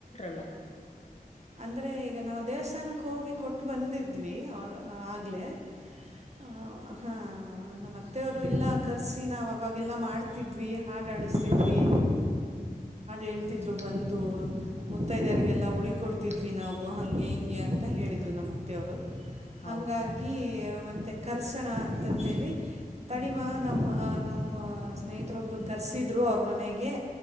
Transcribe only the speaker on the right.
ಅಂದ್ರೆ ಈಗ ನಾವು ದೇವಸ್ಥಾನಕ್ಕೆ ಹೋಗಿ ಕೊಟ್ಟು ಬಂದಿದ್ವಿ ಅವ ಆಗ್ಲೆೇ ಹ ಹಾ ಮತ್ತೆವರು
ಇಲ್ಲ ಖರ್ಚ ನಾವ ಅವಾಗೆಲ್ಲ ಮಾಡ್ತಿದ್ವಿ ಹಾಡಾಡಸ್ತಿದ್ವಿ
ಹೇಳ್ತಿದ್ರು ಬಂದು ಮುತ್ತೈದರಿಗೆಿಗೆ
ಎಲ್ಲ ಉಳ ಕೊೊಟ್ಟ ಿದ್ವಿ ನಾವು ಹಂಗೆ ಹಿಂಗೆ ಅಂತ ಹೇಳ್ಿದರು ನಮ್ಮ ಅತ್ತೆಯವರು ಹಂಗಾಗಿ
ಮ ಮತ್ತೆ ಕರ್ಸಣ ಅಂತಂತೇಳಿ ತಡಿಮ
ನಮ್ಮ ನಮ್ಮ ಸ್ನೇಹಿತರೊಬ್ರು ಕರೆಸಿದ್ರು ಅವ್ರ ಮನೆಗೆ